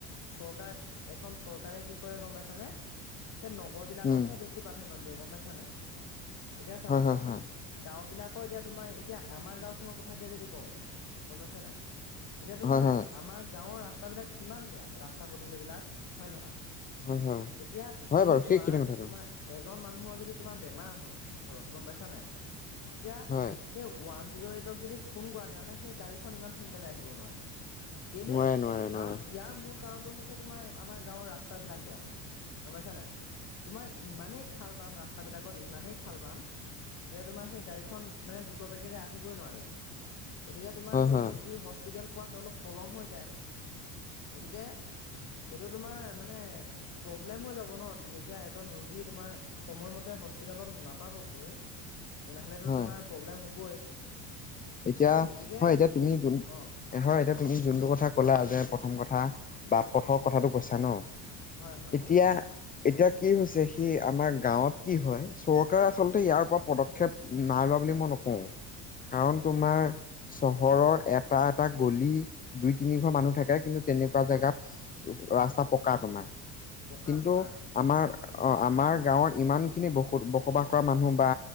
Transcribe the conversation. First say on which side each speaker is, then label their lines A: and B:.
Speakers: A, on the left; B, on the left.
A: চৰকাৰ এখন চৰকাৰে কি কৰে গম পাইছানে সেই নগৰবিলাকতহে
B: উম
A: বেছি প্ৰধান্য দিয়ে গম পাইছ নাই এতিয়া চাবাচোন
B: হয় হয় হয়
A: গাঁওবিলাকৰ এতিয়া তোমাৰ এতিয়া আমাৰ গাঁওখনৰ কথাকে যদি কওঁ গম পাইছা নাই এতিয়া তোমাৰ
B: হয় হয়
A: আমাৰ গাঁওৰ ৰাস্তাবিলাক কিমান বেয়া ৰাস্তা পদূলিবিলাক হয় নহয়
B: হয় হয়
A: এতিয়া
B: হয়
A: তুমি
B: বাৰু
A: চোৱা
B: সেইখিনি কথাটো
A: তোমাৰ এজন মানুহৰ যদি তোমাৰ বেমাৰ হয় ঘৰত গম পাইছা নাই তেতিয়া
B: হয়
A: সেই ওৱান জিৰ' এইটক যদি ফোন কৰা তেনেহ'লে সেই গাড়ীখন ইমান সোনকালে আহিব নোৱাৰে কেলে!
B: নোৱাৰে নোৱাৰে
A: কাৰণ,
B: নোৱাৰে
A: ইয়াৰ মূল কাৰণটো হৈছে তোমাৰ আমাৰ গাঁৱৰ ৰাস্তাবিলাক বেয়া গম পাইছা নাই? তোমাৰ ইমানেই খাল বাম ৰাস্তাবিলাকত? ইমানেই খাল বাম! যে তোমাৰ সেই গাড়ীখন দ্ৰুত বেগৰে আহিবই নোৱাৰে, গতিকে তোমাৰ
B: হয়
A: সেই
B: হয়
A: ৰু হস্পিতেল পোৱাটো অলপ পলম হৈ যায়। গতিকে এইটো তোমাৰ মানে প্ৰব্লেম হৈ যাব ন! যেতিয়া এজন ৰোগী তোমাৰ সময়মতে হস্পিটেলত নাপাবগৈ, তেনেহ'লেতো
B: হয়
A: তোমাৰ প্ৰব্লেম হ'বই!
B: এতিয়া,
A: গতিকে
B: হয়, এতিয়া তুমি য
A: অঁ
B: হয়, এতিয়া তুমি যোনটো কথা ক'লা যে প্ৰথম কথা
A: হয়
B: বা পথৰ
A: হয়
B: কথাটো কৈছা ন,
A: হয় হয়
B: এতিয়া এতিয়া কি হৈছে, সেই আমাৰ গাঁৱত কি হয়? চৰকাৰে আচলতে
A: অঁ
B: ইয়াৰ ওপৰত পদক্ষেপ নাই লোৱা বুলি মই নকওঁ।
A: হয়
B: কাৰণ তোমাৰ চহৰৰ এটা-এটা গলি দুই-তিনি ঘৰ মানুহ থাকে,
A: উম
B: কিন্তু, তেনেকুৱা জেগাত ৰাস্তা
A: হয়
B: পকা তোমাৰ।
A: পকা
B: কিন্তু
A: পকা
B: আমাৰ অ', আমাৰ গাঁৱৰ ইমানখিনি বসু বসবাস কৰা মানুহ বা